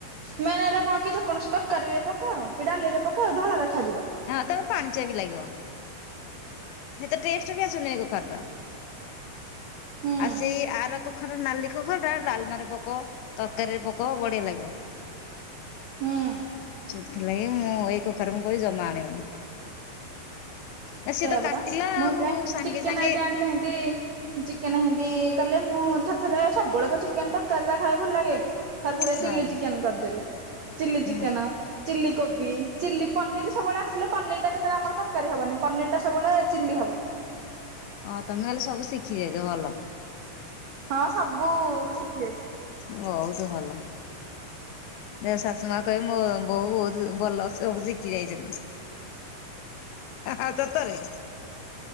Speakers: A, on the right; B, on the left.
A: ମେନ୍ ଏରା କଣକି ଯେକୌଣସି ତରକାରୀରେ ପକାଅ କିଡାଲିରେ ପକାଅ ଧଳା ଦେଖାଯିବ।
B: ହଁ ତାପରେ ପାଣି ଚିଆବି ଲାଗିବ। ହେତ ଟେଷ୍ଟେବି ଆସୁନି କଖାରୁଟା।
A: ହୁଁ
B: ଆଉ ସେଇ ଆର କଖାରୁ ନାଲି କଖାରୁଟା ଡାଲମାରେ ପକ ତରକାରୀରେ ପକ ବଢିଆ ଲାଗିବ।
A: ହୁଁ।
B: ସେଥିଲାଗ ମୁଁ ଏଇ କଖାରୁ ମୁଁ କହିବି ଜମା ଆଣିବନି। ନା ସିଏ
A: ସେୟାପରା
B: ତ କାଟିଲା
A: ମୁଁ
B: ଆଉ
A: ସେଥିପାଇଁ
B: ସାଙ୍ଗେ
A: ଚିକେନ୍
B: ସାଙ୍ଗେ
A: ଏଟେ ଆଣିଲେ ଏତି ଚିକେନ ହେମିତି କଲେ ମୁଁ ଥରେ ଥରେ ସବୁବେଳେ କଁ ଚିକେନଟା ତରକାରୀ ଖାଇବାକୁ ଭଲ ଲାଗେକି ଥରେ ଥରେ
B: ହଁ।
A: ଚିଲି ଚିକେନ୍ କରିଦେବି ଚିଲି ଚିକେନ
B: ହଁ
A: ଚିଲ୍ କୋବି ଚିଲ୍ଲି ପନିରି ସବୁବେଳେ ଆସିଲେ ପନିରଟା କେତେବେଳେ ଆମର ତରକାରୀ ହେବନି ପନିରଟା ସବୁବେଳେ ଚିଲ୍ଲି ହବ
B: ହଁ ତମେ ନହେଲେ ସବୁ ଶିଖି ଯାଇଚ ଭଲ।
A: ହଁ ସବୁ ଶିଖି ଯାଇଚି।
B: ବହୁତୁ ଭଲ। ଶାଶୁମା କହିବେ ମୋ ବହୁ ବହୁତ୍ ଭଲ ସବୁ ଶିଖି ଯାଇଚନ୍ତି। ହା ସତରେ